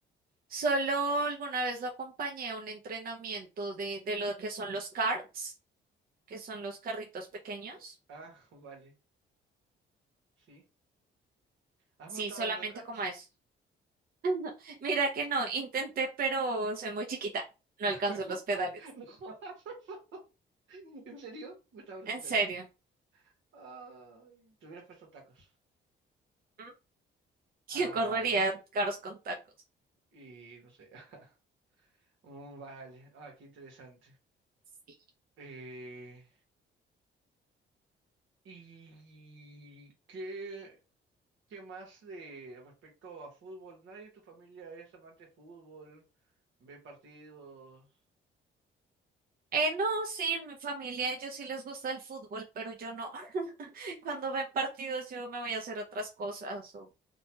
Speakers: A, on the right; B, on the right.
A: Solo alguna vez lo acompañé a un entrenamiento de, de lo que son los karts, que son los carritos pequeños.
B: Ah, <laughs> vale, sí. ¿Has
A: Sí,
B: montado
A: solamente
B: en los carts?
A: como eso. <laughs> Mira que no, intenté, pero soy muy chiquita. No
B: <laughs>
A: alcanzo los pedales.
B: No jodas. <laughs> ¿En serio? Me estaba vacilando.
A: En serio.
B: Ay, te hubieras puesto tacos.
A: <laughs> ¿Mm?
B: Ah,
A: ¿Quién correría
B: vale.
A: carros con tacos?
B: Y no sé. <laughs> Mm, Vale. Ah, qué interesante.
A: Sí.
B: Eh, ¿y qué, qué más de respecto a fútbol? ¿Nadie de tu familia es amante de fútbol? ¿Ve partidos?
A: Eh, no, sí, en mi familia, ellos sí les gusta el fútbol, pero yo no. <laughs> Cuando ven partidos, yo me voy a hacer otras cosas. O,